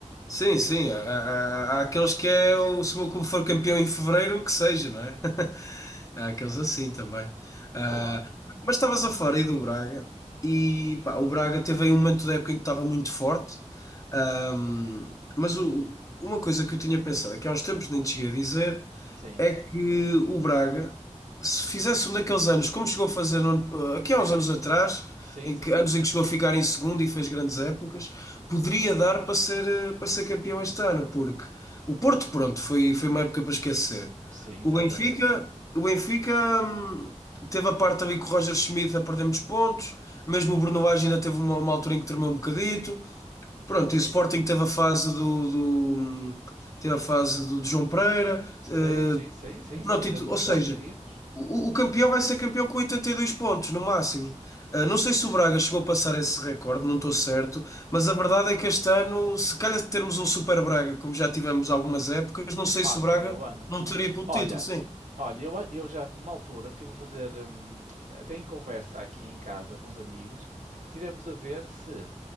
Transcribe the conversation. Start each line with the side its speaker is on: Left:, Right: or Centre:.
Left: Sim, sim. Há, há- há- há aqueles que é o, se o meu clube for campeão em fevereiro, que seja, não é? <laughs> Há aqueles assim também. Ah,
Right: Claro,
Left: mas estavas a falar aí do Braga e pá, o Braga teve aí um momento da época em que estava muito forte. Ahm, mas o- uma coisa que eu tinha pensado, é que há uns tempos nem te cheguei a dizer
Right: sim,
Left: é que o Braga, se fizesse um daqueles anos, como chegou a fazer no ano- aqui há uns anos atrás,
Right: sim,
Left: em
Right: sim,
Left: que, anos em que chegou a ficar em segundo e fez grandes épocas, poderia dar para ser, eh, para ser campeão este ano, porque o Porto, pronto, foi, foi uma época para esquecer.
Right: sim, exatamente.
Left: O Benfica, o Benfica, hum, teve a parte ali com o Roger Schmidt a perder muitos pontos, mesmo o Bruno Lage ainda teve uma, uma altura em que tremeu um bocadito. Pronto, e o Sporting teve a fase do, do- hum, teve a fase do, de João Pereira,
Right: Sim,
Left: eh,
Right: sim, sim, sim,
Left: Pronto,
Right: perder
Left: e tu-
Right: muitos
Left: ou seja,
Right: jogos seguidos.
Left: o, o campeão vai ser campeão com 82 pontos no máximo. Ah, não sei se o Braga chegou a passar esse recorde, não estou certo, mas a verdade é que este ano, se calhar de termos um Super Braga, como já tivemos algumas épocas, não sei
Right: Ah,
Left: se
Right: seria
Left: o Braga
Right: o ano.
Left: não teria pelo
Right: Olha,
Left: título, sim.
Right: olha, eu, a- eu já, uma altura, estive a fazer, hum, até em conversa aqui em casa com os amigos, tivemos a ver se,